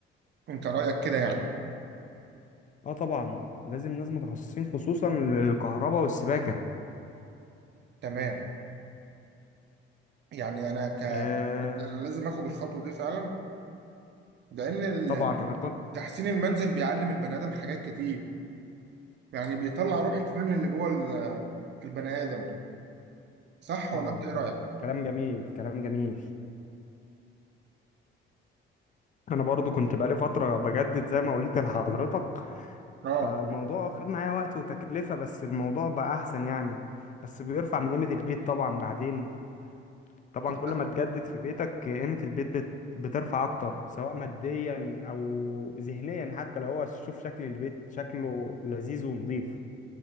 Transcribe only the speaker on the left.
اه طبعا لازم ناس متخصصين خصوصا للكهرباء والسباكه
آه،
طبعا انا كنت
اه طبعا
طبعا
طبعا
كلام جميل كلام جميل انا برضو كنت بقالي فترة بجدد زي ما قلت لحضرتك
فالموضوع خد معايا وقت وتكلفة بس الموضوع بقى احسن يعني بس بيرفع من قيمة البيت طبعا بعدين طبعا
كل ما تجدد في بيتك قيمة البيت بت... بترفع اكتر سواء ماديا او ذهنيا حتى لو هو شوف شكل البيت شكله لذيذ ونظيف